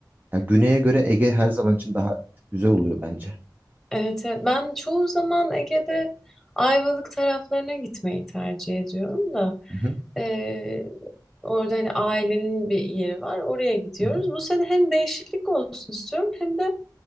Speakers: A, on the right (about 25°); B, in the centre.
A: Ya, güneye göre Ege her zaman için daha güzel oluyor bence.
B: Evet, evet. Ben çoğu zaman Ege'de Ayvalık taraflarına gitmeyi tercih ediyorum da
A: Hı hı.
B: e, orada hani ailenin bir yeri var oraya gidiyoruz.
A: Hı hı.
B: Bu sene hem değişiklik olsun istiyorum hem de